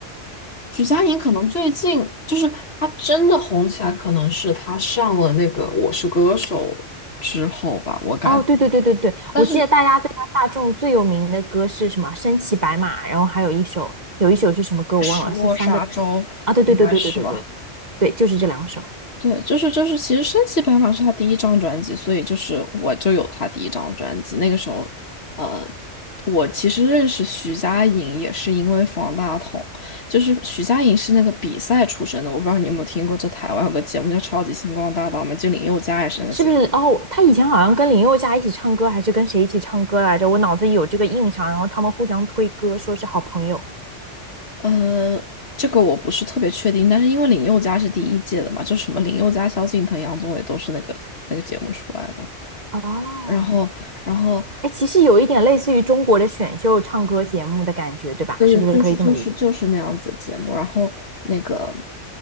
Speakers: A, on the left; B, on the right.
A: 徐佳莹可能最近就是她真的红起来，可能是她上了那个《我是歌手》之后吧，我感觉。
B: 哦，对对对对对，
A: 但是
B: 我记得大家对他大众最有名的歌是什么？身骑白马，然后还有一首，有一首是什么歌我忘了，
A: 《失落沙洲》应该是吧？
B: 是三个啊？对对对对对对对对对，就是这两首，
A: 对，就是就是，其实《升骑白马》是他第一张专辑，所以就是我就有他第一张专辑。那个时候，呃，我其实认识徐佳莹也是因为方大同，就是徐佳莹是那个比赛出身的，我不知道你有没有听过，就台湾有个节目叫《超级星光大道》嘛，就林宥嘉也是那个节目。
B: 是不是？哦，他以前好像跟林宥嘉一起唱歌，还是跟谁一起唱歌来着？我脑子里有这个印象，然后他们互相推歌，说是好朋友。
A: 呃，这个我不是特别确定，但是因为林宥嘉是第一届的嘛，就什么林宥嘉、萧敬腾、杨宗纬都是那个那个节目出来的。
B: 哦，
A: 然后，然后
B: 哎，其实有一点类似于中国的选秀唱歌节目的感觉，对吧？
A: 对对，
B: 是不是可以这么理解？
A: 就是就是就是那样子节目。然后那个